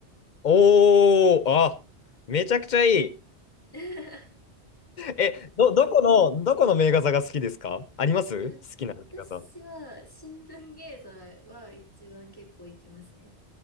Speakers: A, on the left (about 45°); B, on the left (about 20°).
A: おー、あ、めちゃくちゃいい。
B: <laughs> い
A: え、ど、どこの、どこの名画座が好きですかあります好きな名画座。
B: や、私は新聞芸座は一番結構行きますね。